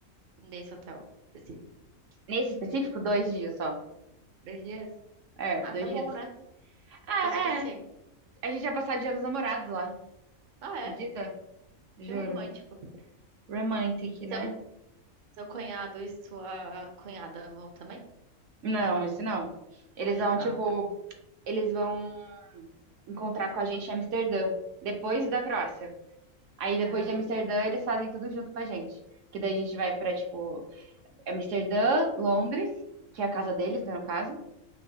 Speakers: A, on the right; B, on the right.
A: nesse hotel específico?
B: Nesse específico, dois dias só.
A: Dois dias?
B: É,
A: Ah,
B: dois
A: tá
B: dias.
A: bom, né?
B: Ah,
A: Tá o suficiente.
B: é. A gente vai passar o dia dos namorados lá.
A: Ah,
B: Acredita?
A: é?
B: Juro.
A: Que romântico.
B: Romantic, né?
A: Seu, seu cunhado e sua cunhada vão também?
B: Não,
A: Ou não?
B: esse não. Eles vão,
A: Ah,
B: tipo,
A: tá.
B: eles vão encontrar com a gente em Amsterdã, depois da Croácia. Aí depois
A: Ah,
B: de Amsterdã,
A: tá.
B: eles fazem tudo junto com a gente. Que daí a gente vai pra, tipo, Amsterdã, Londres, que é a casa deles, né, no caso.